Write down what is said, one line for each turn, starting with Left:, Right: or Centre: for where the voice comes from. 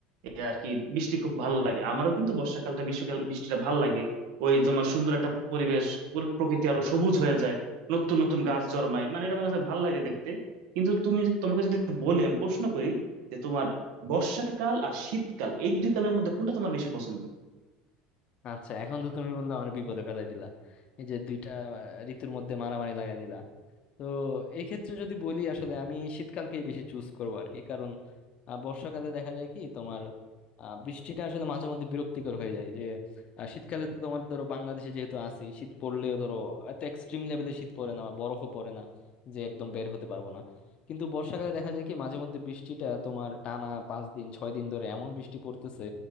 Right: এই আর কি বৃষ্টি খুব ভালো লাগে আমারও কিন্তু বর্ষাকালটা গ্রীষ্মকাল বৃষ্টিটা ভালো লাগে ওই তোমার সুন্দর একটা পরিবেশ পুরো প্রকৃতি আরো সবুজ হয়ে যায় নতুন নতুন গাছ জন্মায় মানে এটা আমার কাছে ভালো লাগে দেখতে কিন্তু তুমি তোমাকে যদি বলি আমি প্রশ্ন করি যে তোমার বর্ষাকাল আর শীতকাল এই দুই কালের মধ্যে কোনটা তোমার বেশি পছন্দ
Left: আচ্ছা এখন তো তুমি বন্ধু আমার বিপদে ফেলাই দিলা এই যে দুইটা আহ, ঋতুর মধ্যে মারামারি লাগাই দিলা তো এই ক্ষেত্রে যদি বলি আসলে আমি শীতকালকেই বেশি চুজ করবো আর কি কারণ আহ, বর্ষাকালে দেখা যায় কি তোমার আহ, বৃষ্টিটা আসলে মাঝে মধ্যে বিরক্তিকর হয়ে যায় যে আহ, শীতকালে তো তোমার ধরো বাংলাদেশে যেহেতু আছি শীত পড়লেও ধরো এত এক্সট্রিম লেভেলে শীত পড়ে না বা বরফও পড়ে না যে একদম বের হতে পারবো না কিন্তু বর্ষাকালে দেখা যায় কি মাঝে মধ্যে বৃষ্টিটা তোমার টানা পাঁচ দিন ছয় দিন ধরে এমন বৃষ্টি পড়তেছে